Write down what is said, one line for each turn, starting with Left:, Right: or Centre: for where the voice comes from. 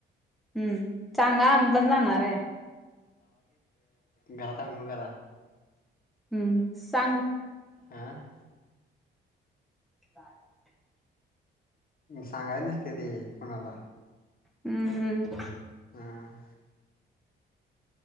Centre: हं, चांगा आमी पन जाणाराय.
Left: घरात आंघोळ करा
Centre: हम्म सांग
Left: आह
Centre: ह
Left: सांगाय नसते ते कोणाला.
Centre: हम्म हम्म
Left: हम